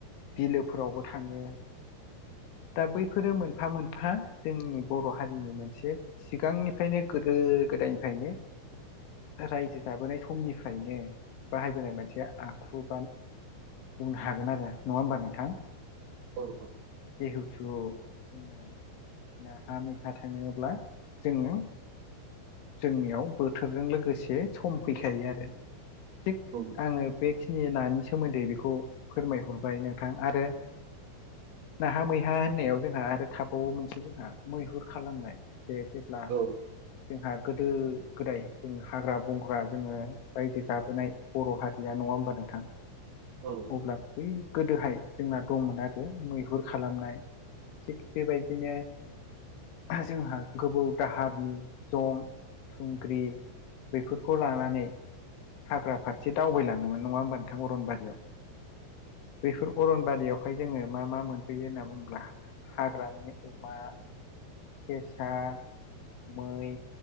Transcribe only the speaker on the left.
बिलोफोरावबो थाङो दा बैफोरो मोनफा मोनफा जोंनि बर' हारिनि मोनसे सिगांनिफ्रायनो गोदो गोदायनिफ्रायनो रायजो जाबोनाय समनिफ्रायनो बाहायबोनाय मोनसे आखु बा बुंनो हागोन आरो नङा होमबा नोंथां
जिहेथु जोङो नाहा मैहा थाङनो्ला जोङो जोंनियाव बोथोरजों लोगोसे सम फैखायो आरो थिग
आङो बेखिनि नानि सोमोन्दै बेखौ फोरमायहरबाय नोंथां आरो नाहा मैहा होननायाव जोंहा आरो थाबावो मोनसे जोंहा मैहुर खालामनाय जे जेब्ला
जोंहा गोदो गोदाय जों हाग्रा बुंंग्रा जोङो रायजो जाबोनाय बर' हारिया नङा होमबा नोंथां
अब्ला बै गोदोहाय जोंना दंमोन आरो मैहुर खालामनाय थिग बेबायदिनो जोंहा गोबौ दाहारनि जं थुंग्रि बेफोरखौ लानानै हाग्रा फारसे दावबायलाङोमोन नङा होमबा नोंथां अरनबारियाव बैफोर अरनबारियावहाय जोङो मा मा मोन फैयो होनना बुङोब्ला हाग्रानि अमा सेसा मै